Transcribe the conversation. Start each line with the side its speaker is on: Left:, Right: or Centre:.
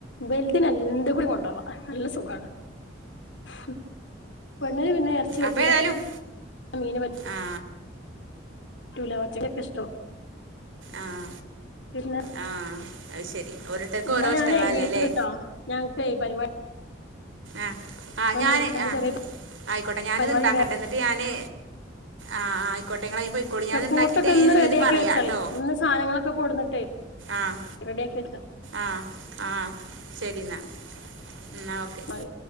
Left: ബെൽ തിലെന്തെകൂടി കൊണ്ടോണം അല്ല സുഖാണ് ഹും <unintelligible> ഇങ്ങള് പിന്നെ എർച്ചി പറ്റൂല
Right: അപ്പോൾ ഏതായാലും
Left: മീന പ
Right: ആ
Left: റ്റൂല വച്ചതൊക്കെഷ്ടാ
Right: ആ
Left: പിന്നെ
Right: ആ അത് ശരി ഓരോരുത്തർക്കും
Left: എന്നാ
Right: ഓരോ
Left: ഞാനേ
Right: ഇഷ്ടങ്ങളല്ലേ
Left: വിളിക്കണ്ട്ട്ടോ
Right: അല്ലേ
Left: ഞൻക്കെ പരിവാ
Right: ആഹ് ആഹ് ഞാന്
Left: വിളിക്കണ്ട്
Right: ആഹ്
Left: ചെറിയ
Right: ആയിക്കോട്ടെ ഞാന്ത്
Left: പരിപാടി
Right: ണ്ടാക്കട്ടെ
Left: ഉണ്ടായിരുന്നു
Right: എന്ന്ട്ട് ഞാന് ആഹ് ആഹ് അയ്ക്കോട്ടെ ഇങ്ങളയ്ന് പൊയ്ക്കോളി
Left: ഒക്കെ
Right: ഞാന്
Left: കൂട്ടൊക്കെ
Right: ത്ണ്ടാക്കീട്ട് അയ്ന്ന്ല്ലത്
Left: ഒന്ന് റെഡിയാക്കി
Right: പറയാ
Left: വെച്ചാളി
Right: ട്ടോ
Left: ഇന്ന് സാധനങ്ങളൊക്കെ കൊടുന്നിട്ടേ
Right: ആഹ്
Left: റെഡിയാക്കി
Right: ആഹ് ആഹ് ശെരി ന്നാ ന്നാ ഓക്കെ
Left: വെച്ചോ